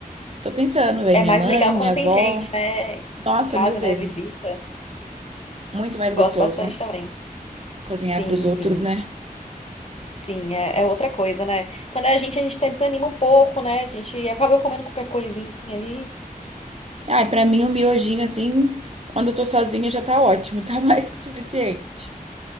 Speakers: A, on the right; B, on the left.
A: tô pensando, vai
B: É
A: minha
B: mais
A: mãe,
B: legal
A: minha
B: quando
A: avó.
B: tem gente, né?
A: Nossa,
B: Em casa,
A: mil vezes.
B: né? Visita.
A: Muito mais
B: Gosto
A: gostoso
B: bastante também.
A: cozinhar
B: Sim,
A: pros outros,
B: sim.
A: né?
B: Sim, é, é outra coisa, né? Quando é a gente, a gente até desanima um pouco, né? A gente acaba comendo qualquer coisinha ali.
A: Ah, e pra mim, um miojinho, assim, quando eu tô sozinha já tá ótimo, <laughs> tá mais que suficiente.